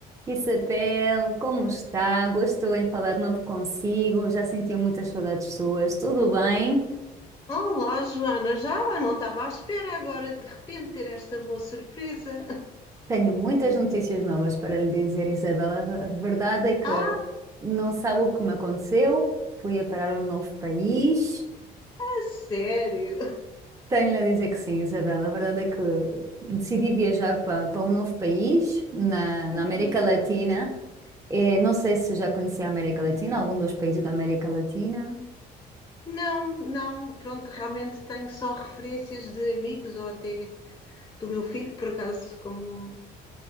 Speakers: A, on the right (about 20°); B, on the left (about 20°).
A: Isabel, como está? Gostou em falar de novo consigo? Já sentia muitas saudades suas. Tudo bem?
B: Olá, Joana, já Ah, não estava à espera agora de repente ter esta boa surpresa.
A: Tenho muitas notícias novas para lhe dizer, Isabel. A a verdade é que
B: Ah,
A: não sabe o que me aconteceu. Fui a parar a um novo país.
B: a sério?
A: Tenho-lhe a dizer que sim, Isabel. A verdade é que decidi viajar para, para um novo país na, na
B: Incrível.
A: América Latina. Eh, não sei se já conhecia a América Latina, algum dos países da América Latina.
B: Não, não, pronto, realmente tenho só referências de amigos ou até do meu filho, por acaso, como